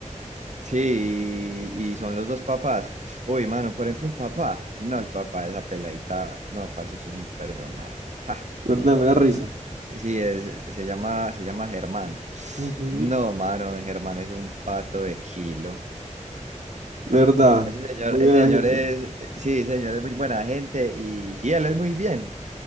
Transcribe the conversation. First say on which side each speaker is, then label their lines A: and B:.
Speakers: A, on the right (about 65°); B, on the right (about 80°).
A: Sí, y, y son los dos papás. Uy, mano, por ejemplo, el papá. No, el papá, de esa peladita, no, parece es un personaje. <laughs>
B: ¿Verdad? Me da risa.
A: Sí, es- se llama, se llama Germán.
B: Ujú.
A: No, mano, Germán es un pato de kilo.
B: ¿Verdad?
A: Ese señor,
B: Muy
A: ese
B: buena
A: señor
B: gente.
A: es, sí, ese señor es muy buena gente y sí, él es muy bien.